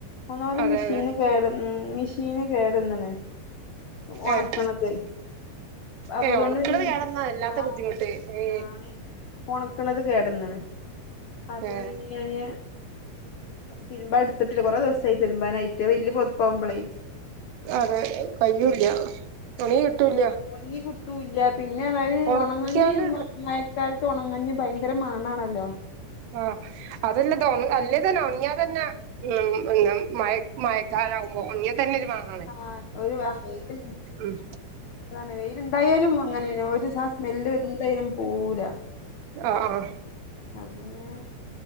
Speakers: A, on the left (about 80°); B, on the right (about 75°).
A: ഒന്നാമത്
B: അതെ
A: മെഷീന്
B: അതെ
A: കേട ഉം മെഷീന് കേടന്ന്ണ് ഒണക്ണത്
B: ഏഹ്
A: അപ്പൊ
B: ഏ
A: അതൊണ്ട്
B: ഒണക്കണത്
A: പിന്നെ
B: കേടന്നാ വല്ലാത്ത
A: ആഹ്
B: ബുദ്ധിമുട്ട്
A: ഒ
B: ഏ
A: ആണെ ഒണക്ണത് കേടന്ന്ണ് അപ്പ
B: ഏ
A: പിന്നെ ഞാന് തിരുമ്പാ എടുത്തിട്ടില്ല കോറെ ദിവസായി തിരുമ്പാനായിട്ട് വെല്യ പോതപ്പകുമ്പളേ
B: അതെ കഴൂല്ല ഒണങ്ങി കിട്ടൂല്ല
A: ണങ്ങി കിട്ടൂല്ല പിന്നെ അതായത്
B: ഒണക്കിയാണ്ട്
A: ഒണങ്ങാഞ്ഞ ക്കാലത്ത് ഒണങ്ങാഞ്ഞ ഭയങ്കര മണാണല്ലോ?
B: ആഹ് അതല്ലത്
A: ആഹ്
B: അല്ലേ തന്നെ ഒണങ്ങിയാ തന്നെ ഉം മഴ മഴ ക്കാലാവുമ്പോ ഒൺങ്ങിയാ തന്നെ ഒരു മണം
A: ആഹ് ഒരു <unintelligible>
B: ഉം
A: അതാണ് വെയില് ഇണ്ടായാലും അങ്ങനെന്നെ ഒരു സ സ്മെല്ല് എന്തായാലും പോവൂല
B: ആഹ് ആഹ്
A: അതേ ഞാൻ